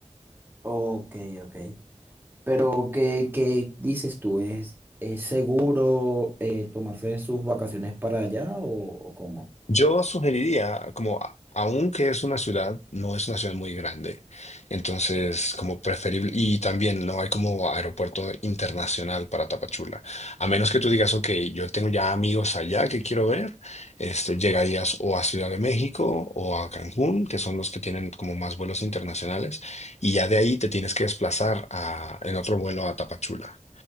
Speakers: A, on the right; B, on the left.
A: Ok, ok. Pero, ¿qué, qué dices tú? ¿Es, es seguro eh, tomarse sus vacaciones para allá o, o cómo?
B: Yo sugeriría, como a- aunque es una ciudad, no es una ciudad muy grande, entonces como preferible, y también no hay como aeropuerto internacional para Tapachula, a menos que tú digas, ok, yo tengo ya amigos allá que quiero ver, este, llegarías o a Ciudad de México o a Cancún, que son los que tienen como más vuelos internacionales, y ya de ahí te tienes que desplazar a- en otro vuelo a Tapachula.